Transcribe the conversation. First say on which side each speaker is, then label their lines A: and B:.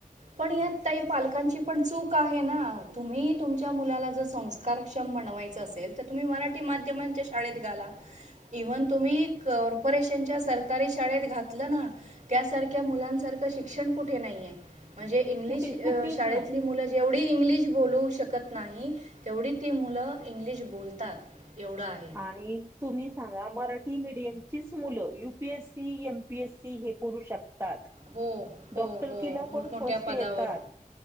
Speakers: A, on the right; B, on the right.
A: पण यात ताई पालकांची पण चूक आहे ना, तुम्ही तुमच्या मुलाला जस- संस्कारक्षम म्हनवायच असेल तर, तुम्ही मराठी माध्यमांच्या शाळेत घाला. इव्हन तुम्ही क- रेशनच्या सरकारी शाळेत घातलं ना, त्यासारख्या मुलांसारखं शिक्षण कुठे नाहीये. म्हणजे इंग्लिश
B: कुठे कुठेच
A: शाळेतली
B: नाही
A: मुल- जेवढी इंग्लिश बोलवू शकत नाही, तेवढी ती मुलं इंग्लिश बोलतात. एवढा आहे.
B: आणि तुम्ही सांगा, मराठी मिडियमचीच मुलं U P S C, M P S C हे करू शक- तात.
A: हो. हो
B: डॉक्टरकिला
A: हो
B: पण
A: मोठमोठ्या
B: फर्स्ट
A: पदावर
B: येतात,